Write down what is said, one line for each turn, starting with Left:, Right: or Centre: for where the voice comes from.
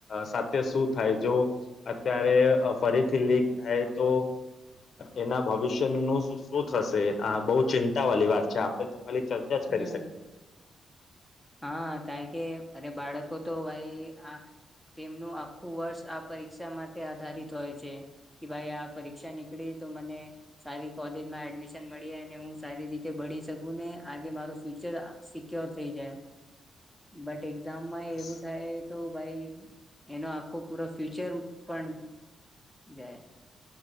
Left: સાથે શું થાય જો. અત્યારે ફરીથી લીક. થાય તો એના ભવિષ્યનુંું શું થશે આ બહુ ચિંતા વાળલી વાત છે આપે તો. ખાલી ચર્ચા
Centre: હમ
Left: જ કરી શકે.
Centre: હા ક કે અરે બાળકો તો ભાઈ આ તેમનું આખું વર્ષ આ પરીક્ષા માટે આધારિત હોય છે કે ભાઈ આ પરીક્ષા નીકળી તો મને સારી કોલેજમાં એડમિશન મળી અને હું સારી રીતે ભળી શકું ને આજે મારું ફ્યુચર સિક્યોર થઈ જાય. બટ <unintelligible> એક્ઝામ
Left: હા
Centre: માં એવું થાય તો. ભાઈ એનો આખો પૂરો ફ્યુચર પણ જાય.